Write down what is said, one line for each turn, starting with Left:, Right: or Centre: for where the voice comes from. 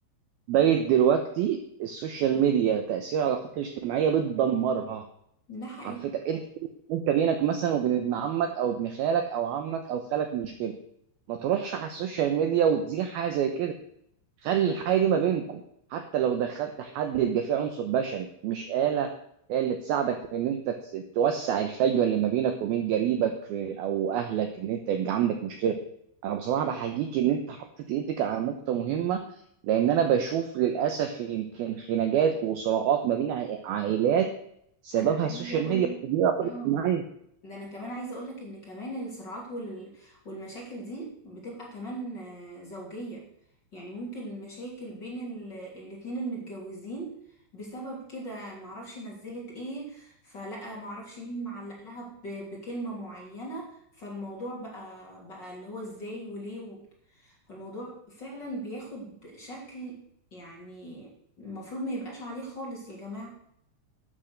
Right: بقت دلوقتي السوشيال ميديا تاثير على العلاقات الاجتماعيه بتدمرها
Left: ده حقيقي
Right: حرفيا طب انت انت بينك مثلا وبين ابن عمك او ابن خالك او عمك او خالك مشكله ما تروحش على السوشيال ميديا وتزيع حاجه زي كده خلي الحاجه دي ما بينكم حتى لو دخلت حد يبقى فيه عنصر بشري مش آلة هي اللي تساعدك في ان انت تس- توسع الفجوه اللي ما بينك وبين قريبك في او اهلك ان انت يبقى عندك مشكله انا بصراحه بحييك ان انت حطيت ايدك على نقطه مهمه لان انا بشوف للاسف يمكن خناقات وصراعات ما بين عائ- عائلات سببها
Left: انا عايزه
Right: السوشيال
Left: اقول
Right: ميديا
Left: لك
Right: <laughs> والتجميع الاجتماعية.
Left: اه ده انا كمان عايزه اقول لك ان كمان الصراعات وال... والمشاكل دي بتبقى كمان آه، زوجيه يعني ممكن مشاكل بين ال... الاتنين المتجوزين بسبب كده معرفش نزلت ايه فلقى معرفش مين معلق لها ب... بكلمه معينه فالموضوع بقى بقى اللي هو ازاي وليه و... فالموضوع فعلا بياخد شكل يعني المفروض ما يبقاش عليه خالص يا جماعه